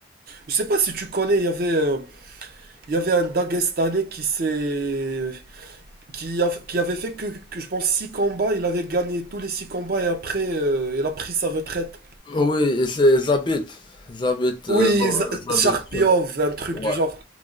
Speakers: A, on the right (about 50°); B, on the left (about 25°).
A: je sais pas si tu connais, il y avait, euh, il y avait un Dagestanais qui s'est, qui, a- qui avait fait que, que je pense 6 combats, il avait gagné tous les 6 combats et après euh, il a pris sa retraite.
B: Oui, et c'est Zabit. Zabit,
A: Oui,
B: euh, bon,
A: Z-
B: Zabit,
A: Sharpiov,
B: truc.
A: un truc
B: ouais,
A: du genre.